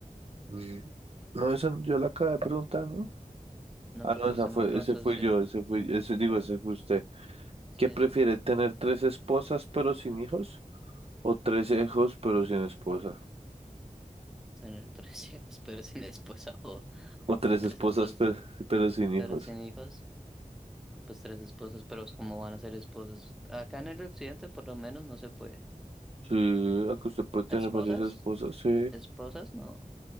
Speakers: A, on the right; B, in the centre.
A: Mm. No, esa yo la acabo de preguntar, ¿no?
B: No,
A: Ah,
B: porque
A: no, esa
B: usted
A: fue,
B: me preguntó,
A: ese fui yo, ese fui, ese digo, ese fue usted.
B: se...
A: ¿Qué prefiere, tener tres esposas pero sin hijos? ¿O tres hijos pero sin esposa?
B: tener tres <laughs> hijos, pero sin esposa o
A: ¿O tres
B: tres
A: esposas
B: esposas,
A: pero, pero sin hijos?
B: pero sin hijos, no, pues tres esposas, pero ¿cómo van a ser esposas? Acá en el occidente por lo menos no se puede.
A: Sí, la que usted puede tener
B: ¿Esposas?
A: varias esposas, sí.
B: ¿Esposas? No,